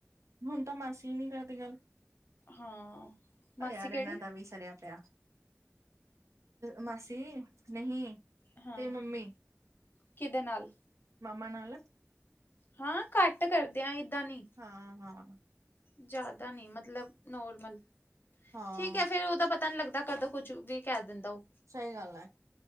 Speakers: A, on the right; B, on the left.
A: ਹੁਣ ਤਾਂ ਮਾਸੀ ਨੀ ਕਰਦੀ ਗੱਲ।
B: ਹਾਂ। ਮਾਸੀ
A: ਯਾਰ
B: ਕਿਹੜੀ
A: ਇਹਨਾਂ ਦਾ ਵੀ ਸਰਿਆ ਪਿਆ। ਮਾਸੀ ਨਹੀਂ
B: ਹਾਂ
A: ਤੇ ਮੰਮੀ
B: ਕਿਹਦੇ ਨਾਲ?
A: ਮਮਾ ਨਾਲ -।
B: ਹਾਂ ਘੱਟ ਕਰਦੇਿਆਂ ਏਦਾਂ ਨ
A: ਹਾਂ-ਹਾਂ।
B: ਜ਼ਿਆਦਾ ਨੀ ਮਤਲਬ ਨੋਰਮਲ
A: ਹਾਂ
B: ਠੀਕ ਹੈ। ਫੇਰ ਉਹਦਾ ਪਤਾ ਨ ਲੱਗਦਾ ਕਦੋਂ ਕੁੱਝ ਵੀ ਕਹਿ ਦਿੰਦਾ ਉਹ।
A: ਸਹੀ ਗੱਲ ਹੈ।